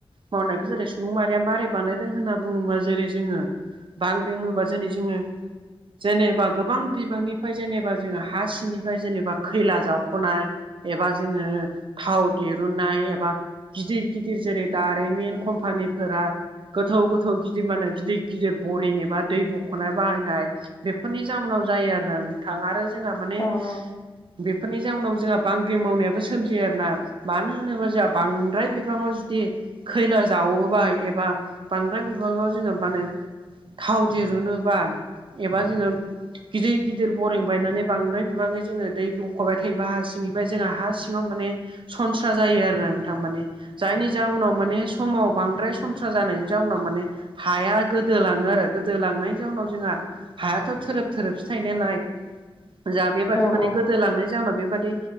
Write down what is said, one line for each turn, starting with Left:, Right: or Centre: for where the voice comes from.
Right: मावनायखौ जेरै सुबुं मारिया मारै बानायदों होनना बुङोबा जेरै जोङो बांग्रि होनबा जेनै जोङो जेनेबा गोबां बिबांनिफ्राय जेनेबा जोङो हा सिंनि फ्राय जेनेबा खैला जावख'नाय एबा जोङो थाव दिरुननाय एबा गिदिर गिदिर जेरै दारिमिन कम्पानिफोरा गोथौ गोथौ गिदिर माने गिदिर गिदिर बरिं एबा दै बख'नाय बानायनाय बेफोरनि जाउनाव जायो आरोना नोंथां आरो जोंना माने
Left: अह
Right: बेफोरनि जाउनाव जोंहा बांग्रि मावनायाबो सोमजियो आरोना मानो होनोबा जोआ बांद्राय बिबाङाव जुदि खैला जावोबाय एबा बांद्राय बिबाङाव जोङो मा होनो थाव दिरुनोबा एबा जोङो गिदिर गिदिर बरिं बायनानै बांद्राय बिबाङै जोङो दै बख'बाय थायोबा हा सिंनिफ्राय जोङा हा सिङाव माने सनस्रा जायो आरोना नोंथां माने जायनि जाउनाव माने समाव बांद्राय सनस्रा जानायनि जाउनाव माने हाया गोदोलाङो आरो गोदोलांनायनि जाउनाव जोंहा हायाथ' थोरोब थोरोबसो थायोनालाय जा बेबादि
Left: औ
Right: माने
Left: औ
Right: गोदोलांनाय जााहोनाव बेबादि